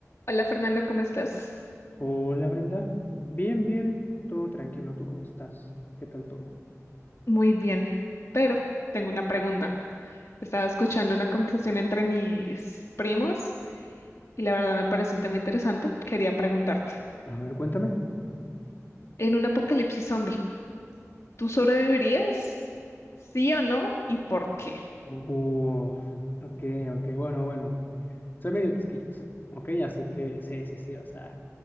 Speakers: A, on the left; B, on the left.
A: Hola Fernando, ¿cómo estás?
B: Hola Brenda, bien, bien, todo tranquilo, ¿tú cómo estás? ¿Qué tal todo?
A: Muy bien, pero tengo una pregunta. Estaba escuchando una conversación entre mis primos y la verdad me parece un tema interesante. Quería preguntarte,
B: A ver, cuéntame.
A: en un apocalipsis zombie, ¿tú sobrevivirías? ¿Sí o no? ¿Y por qué?
B: Uf, ok, ok, bueno, bueno, soy medio quisquilloso, ok, así que sí, sí, sí, o sea,